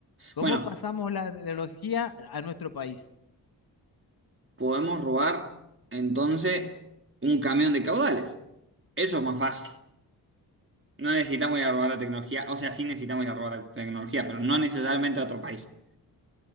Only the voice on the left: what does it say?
¿Cómo
pasamos la tecnología a nuestro país?